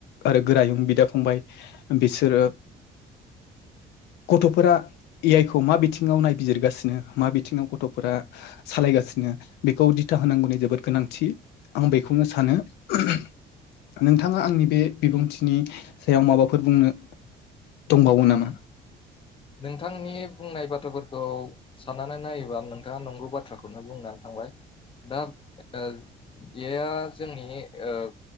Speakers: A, on the left; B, on the left.
A: आरो गोरायुं बिदा फंबाय बिसोरो
B: <inaudible>
A: गथ'फोरा ए आइ खौ मा बिथिङाव नायबिजिरगासिनो मा बिथिङाव गथ'फोरा सालायगासि सिनो बेखौ दिथा होनांगौनि जोबोद गोनांथि आं बेखौनो सानो। नोंथाङा आंनि बे बिबुंथिनि सायाव माबाफोर बुंनो दंबावो नामा?
B: उम नोंथांनि बुंनाय बाथ्राफोरखौ साननानै नायोबा नोंथाङा नंगौ बाथ्राखौनो बुंनानै थां बाय दा बे ए आइ जोंनि ओ